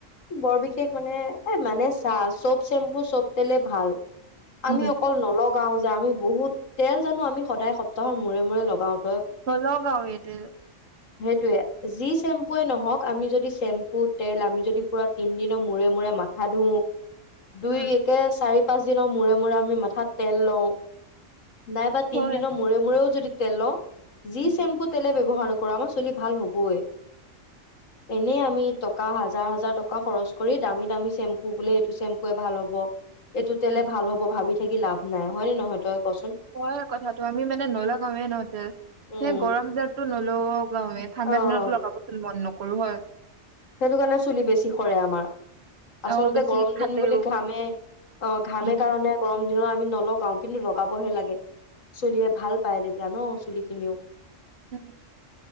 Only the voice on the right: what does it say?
উম
নলগাৱে তেল।
উম
হয়
উম
উম
হয় কথাটো। আমি মানে নলগাৱে ন' তেল।
এ গৰম তো নলগাঁৱে। ঠাণ্ডা
দিনতো লগাব মন নক কৰোঁ হয়।
আৰু বেছি
ফাটেও
উম
উম